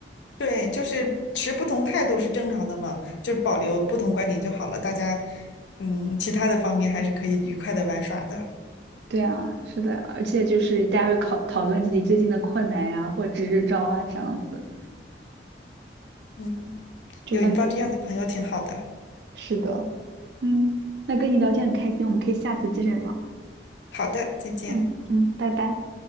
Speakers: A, on the left; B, on the right.
A: 对，就是持不同态度是正常的嘛，就是保留不同观点就好了。大家，嗯，其他的方面还是可以愉快的玩耍的。
B: 对啊，是的呀而且就是大家会考讨论自己最近的困难呀，或支支招啊，这样子，
A: 嗯，
B: 就反正
A: 有一帮这样的朋友挺好的。
B: 是的，嗯，那跟你聊天很开心，我们可以下次接着聊，
A: 好的，再见。
B: 嗯嗯，拜拜。